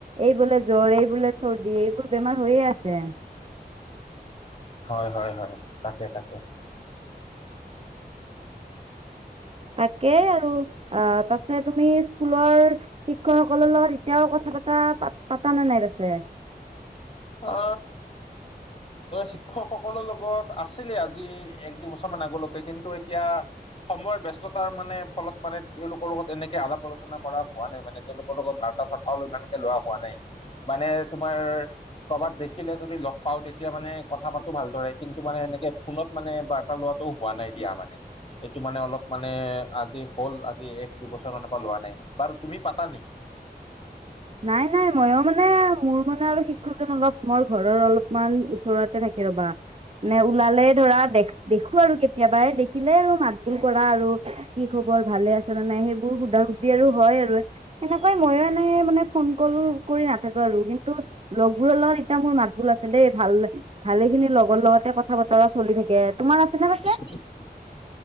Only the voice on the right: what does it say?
এই বোলে জ্বৰ এই বোলে চৰ্দি এইবোৰ বেমাৰ হৈয়ে আছে
তাকে আৰু অ পাছে তুমি স্কুলৰ শিক্ষকসকলৰ লগত এতিয়াও কথা পাতা পাত পাতা নে নাই পাছে
নাই নাই মই মানে মোৰ মানে আৰু শিক্ষকজন অলপ মোৰ ঘৰৰ অলপমান ওচৰতে থাকে ৰবা নে ওলালে ধৰা দেখ দেখো আৰু কেতিয়াবাই দেখিলে আৰু মাত বোল কৰা আৰু কি খবৰ ভালে আছে নে নাই সেইবোৰ সুধা সুধি আৰু হয় আৰু সেনেকুৱাই মই এনে মানে ফোন কলো কৰি নাথাকো আৰু কিন্তু লগবোৰৰ এতিয়া মোৰ মাতবোল আছে দেই ভাল লাগ ভালে খিনি লগৰ লগতে কথা বতৰা চলি থাকে তোমাৰ আছে নে